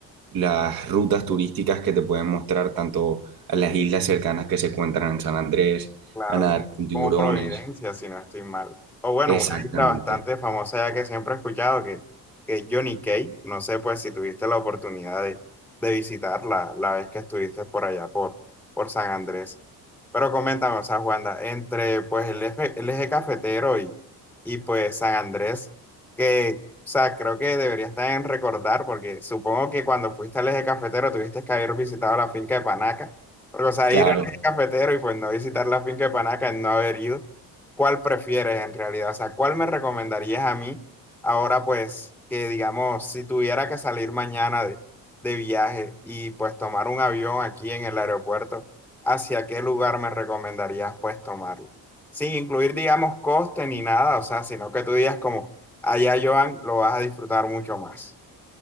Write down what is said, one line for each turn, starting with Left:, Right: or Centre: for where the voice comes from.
Right: las rutas turísticas que te pueden mostrar tanto a las islas cercanas que se encuentran en San Andrés,
Centre: Claro,
Right: a nadar
Centre: como,
Right: con tiburones.
Centre: como Providencia, si no estoy mal. O bueno,
Right: Exactamente.
Centre: una isla bastante famosa ya que siempre he escuchado, que, que es Johnny Cay. No sé pues si tuviste la oportunidad de, de visitarla la vez que estuviste por allá, por, por San Andrés. Pero coméntame, o sea, Juanda, entre pues el eje, el eje cafetero y, y pues San Andrés, que, o sea, creo que deberías también recordar, porque supongo que cuando fuiste al eje cafetero tuviste que haber visitado la finca de Panaca. Porque, o sea,
Right: Claro.
Centre: ir cafetero y pues no visitar la finca de Panaca, el no haber ido, ¿cuál prefieres en realidad? O sea, ¿cuál me recomendarías a mí ahora pues que digamos, si tuviera que salir mañana de, de viaje y pues tomar un avión aquí en el aeropuerto, ¿hacia qué lugar me recomendarías pues tomarlo? Sin incluir digamos coste ni nada, o sea, sino que tú digas como, allá Joan, lo vas a disfrutar mucho más.